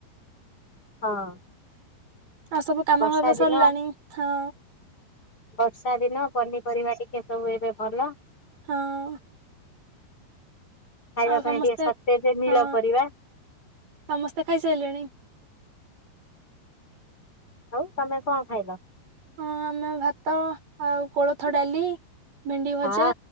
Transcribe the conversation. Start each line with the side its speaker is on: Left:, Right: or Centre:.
Left: ହଁ।
Right: ଆଉ ସବୁ କାମ
Left: ବର୍ଷା
Right: ହବା ସରିଲାଣି,
Left: ଦିନ
Right: ହଁ।
Left: ବର୍ଷା ଦିନ ପନିପରିବା ଟିକେ ସବୁ ଏବେ ଭଲ।
Right: ହଁ।
Left: ଖାଇବା
Right: ଆଉ ସମସ୍ତେ
Left: ପାଇଁ ଟିକେ ସତେ ଯେ ନିଳ
Right: ହଁ
Left: ପରିବା।
Right: ସମସ୍ତେ ଖାଇସାରିଲେଣି?
Left: ଆଉ ତମେ କଣ ଖାଇଲ?
Right: ହଁ ଆମେ ଭାତ, ଆଉ କୋଳଥ ଡାଲି, ଭେଣ୍ଡି ଭଜା
Left: ଆ